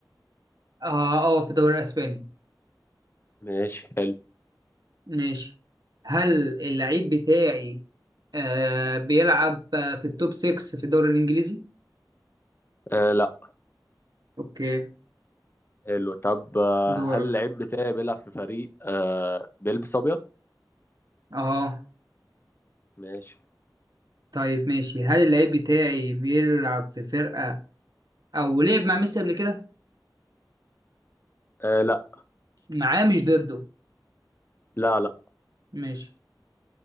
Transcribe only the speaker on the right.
اه اه في الدوري الاسباني
ماشي هل اللعيب بتاعي آه بيلعب آه، في التوب 6 في الدوري الانجليزي
اوكي
دورك
اه
طيب ماشي هل اللعيب بتاعي بيلعب في فرقة او لعب مع ميسي قبل كده
معاه مش ضده
ماشي